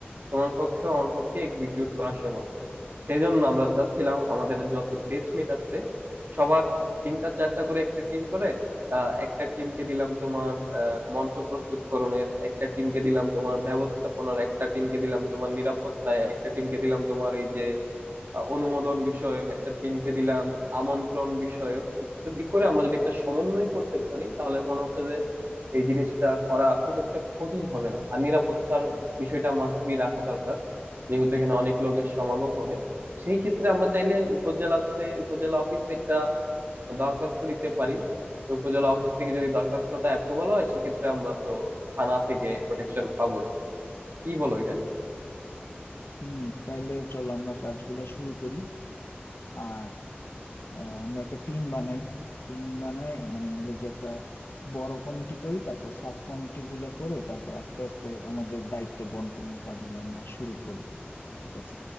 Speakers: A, on the right (about 60°); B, on the left (about 75°).
A: তোমার পক্ষে আমার পক্ষে এক্সিকিউট করা সম্ভব না সেই জন্য আমরা চাচ্ছিলাম আমাদের যত বেচমেট আছে সবার তিনটা চারটা করে একটা টিম করে আহ, একটা টিমকে দিলাম তোমার আহ, মঞ্চ প্রস্তুতকরণের একটা টিমকে দিলাম তোমার ব্যবস্থাপনার একটা টিমকে দিলাম তোমার নিরাপত্তায় একটা টিমকে দিলাম তোমার এই যে আহ, অনুমোদন বিষয়ক একটা টিমকে দিলাম আমন্ত্রণ বিষয়ক ইত্যাদি করে আমরা যদি একটা সমন্বয় করতে পারি তাহলে মনে হচ্ছে যে এই জিনিসটা করা খুব একটা কঠিন হবে না আর নিরাপত্তার বিষয়টা মাস্ট বি রাখা দরকার যেহেতু এখানে অনেক লোকের সমাগম হবে সেই ক্ষেত্রে আমরা চাইলে উপজেলাতে উপজেলা অফিস একটা দরখাস্ত দিতে পারি তো উপজেলা অফিস থেকে যদি দরখাস্তটা অ্যাপ্রুভাল হয় সেক্ষেত্রে আমরা তো থানা থেকে প্রোটেকশন পাবোই কি বলো এটা নিয়ে তুমি?
B: হুম তাইলে চল আমরা কাজগুলা শুরু করি আর আহ, আমরা একটা টিম বানাই টিম বানাই মানে হলো যে একটা বড় কমিটি করি তারপর সাব কমিটি গুলা করে তারপর আস্তে আস্তে আমাদের দায়িত্ব বন্টনের কাজগুলো আমরা শুরু করি ঠিক আছে